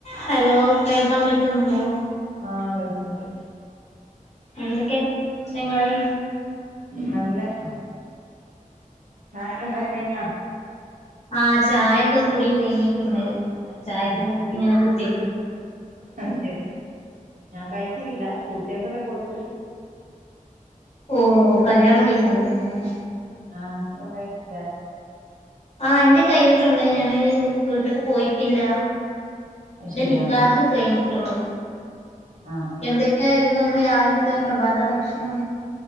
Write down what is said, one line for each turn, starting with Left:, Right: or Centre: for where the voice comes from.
Left: Hello കേൾക്കാൻ പറ്റുന്നുണ്ടോ
Right: ആഹ് കേൾക്കുന്നുണ്ട്
Left: എന്തൊക്കെ പ്രശ്നങ്ങള്
Right: നല്ലഹ് ചായൊ ഉണ്ടായി കഴിഞ്ഞാ
Left: ആഹ് ചായൊക്കെ കുടി കഴിഞ്ഞിട്ടുണ്ട് ചായയൊക്കെ
Right: ഉം
Left: കുട്ടിങ്ങനെ കുത്തി
Right: അത് ശരിയാ ഞാൻ കഴിച്ചിട്ടില്ല കൂട്ടിയെക്കെല്ലാം കൊടുത്ത്
Left: ഓഹ് കല്യാണം കഴിഞ്ഞെതന്നെല്ലേ
Right: ആഹ് ഉണ്ടായിന്നില്ലേ
Left: ആഹ് ഇന്റെ കഴിഞ്ഞിട്ടുണ്ട് ഞാന് വീട്ട്ക്ക് പോയിട്ടില്ല
Right: അത്
Left: ഇന്റെ
Right: ശരിയാ
Left: നിക്കാഹ്
Right: ആഹ്
Left: കഴിഞ്ഞിട്ടുള്ളൂ
Right: ആഹ്
Left: എന്തൊക്കെയായിരുന്നുന്ന് രാവിലത്തെ പ്രഭാത ഭക്ഷണം